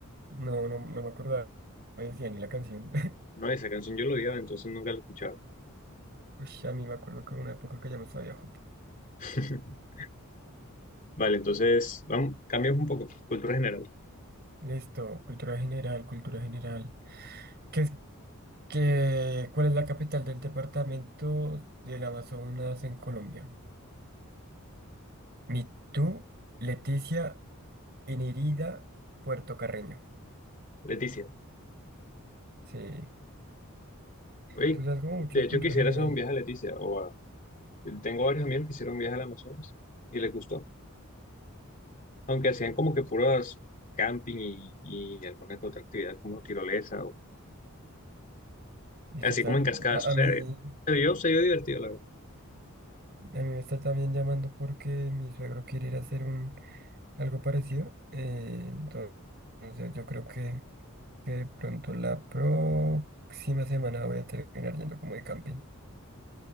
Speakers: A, on the right; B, on the left.
A: no, no, no me acordaba, no me decía ni la canción. <laughs>
B: No, esa canción yo lo odiaba, entonces nunca la escuchaba.
A: Uy, a mí me acuerdo que hubo una época que ya me sabía Jopo.
B: <laughs> Vale, entonces, vamos, cambiamos un poco. Cultura general.
A: Listo, cultura general, cultura general. ¿Qué es, qué, cuál es la capital del departamento del Amazonas en Colombia? Mitú, Leticia, Inirida, Puerto Carreño.
B: Leticia.
A: Sí,
B: Oye,
A: tú sabes como mucho
B: de
A: de
B: hecho
A: cultura
B: quisiera
A: general.
B: hacer un viaje a Leticia. O a... Tengo varios amigos que hicieron un viaje al Amazonas y les gustó. Aunque hacían como que puras camping y, y alguna que otra actividad como tirolesa o
A: ¿Y
B: así
A: qué tal?
B: como en cascada
A: A,
B: sucede.
A: a mí,
B: Pero yo se vio divertido, la verdad.
A: a mí me está también llamando porque mi suegro quiere ir a hacer un algo parecido. eh, entonces, yo creo que, que de pronto la próxima semana voy a terminar yendo como de camping.